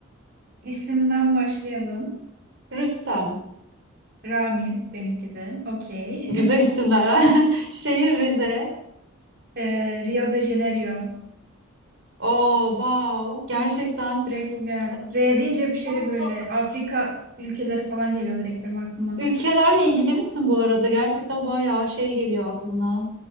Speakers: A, on the right; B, on the right.
A: İsimden başlayalım.
B: Rüstem.
A: Ramiz benimki de. Okey.
B: Güzel
A: <laughs>
B: isimler. ha. <laughs> Şehir Rize.
A: Ee, Rio de Janeiro.
B: Oo wow. Gerçekten.
A: Direkt o geldi. R
B: e,
A: deyince bir şeyle
B: Bunun sonu-
A: böyle Afrika ülkeleri falan geliyor direkt benim aklıma.
B: Ülkelerle ilgili misin bu arada? Gerçekten bayağı şey geliyor aklına.